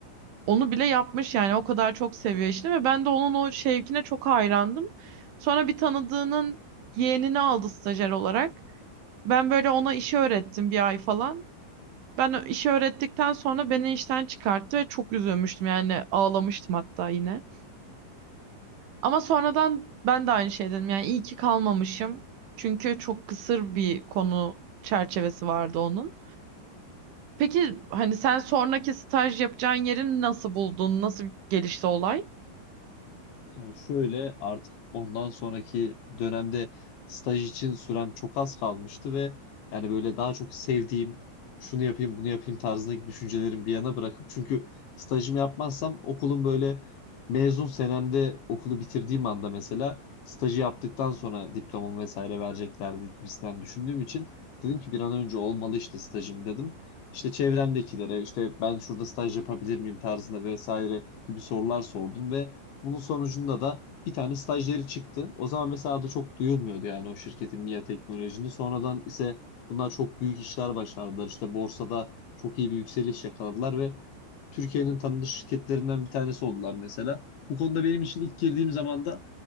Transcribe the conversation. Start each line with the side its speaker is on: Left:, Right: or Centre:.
Right: Onu bile yapmış yani o kadar çok seviyor işini ve ben de onun o şevkine çok hayrandım. Sonra bir tanıdığının yeğenini aldı stajyer olarak. Ben böyle ona işi öğrettim bir ay falan. Ben işi öğrettikten sonra beni işten çıkarttı ve çok üzülmüştüm yani ağlamıştım hatta yine. Ama sonradan ben de aynı şey dedim yani iyi ki kalmamışım. Çünkü çok kısır bir konu çerçevesi vardı onun. Peki hani sen sonraki staj yapacağın yeri nasıl buldun? Nasıl gelişti olay?
Left: Ya Şöyle artık ondan sonraki dönemde staj için sürem çok az kalmıştı ve yani böyle daha çok sevdiğim şunu yapayım bunu yapayım tarzındaki düşüncelerimi bir yana bırakıp çünkü stajımı yapmazsam okulun böyle mezun senemde okulu bitirdiğim anda mesela stajı yaptıktan sonra diplomamı vesaire vereceklerdi gibisinden düşündüğüm için dedim ki bir an önce olmalı işte stajım dedim. İşte çevremdekilere işte ben şurada staj yapabilir miyim tarzında vesaire gibi sorular sordum ve bunun sonucunda da bir tane stajyeri çıktı. O zaman mesela da çok duyulmuyordu yani o şirketin MİA teknolojinin. Sonradan ise bunlar çok büyük işler başardılar. İşte borsada çok iyi bir yükseliş yakaladılar ve Türkiye'nin tanınmış şirketlerinden bir tanesi oldular mesela. Bu konuda benim için ilk girdiğim zaman da